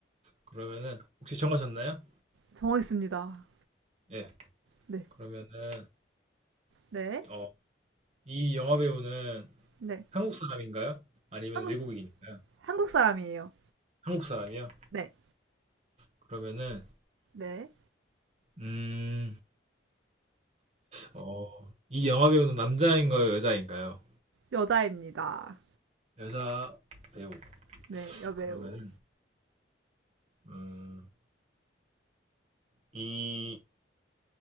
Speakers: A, on the right (about 35°); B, on the right (about 80°).
A: 그러면은 혹시 정하셨나요?
B: 정했습니다.
A: 예
B: 네.
A: 그러면은
B: 네.
A: 어, 이 영화 배우는
B: 네.
A: 한국 사람인가요? 아니면
B: 한국,
A: 외국인인가요?
B: 한국 사람이에요.
A: 한국 사람이요?
B: 네,
A: 그러면은
B: 네.
A: 음 어, 이 영화 배우는 남자인가요, 여자인가요?
B: 여자입니다.
A: 여자 배우.
B: 네, 여배우.
A: 그러면은 음, 이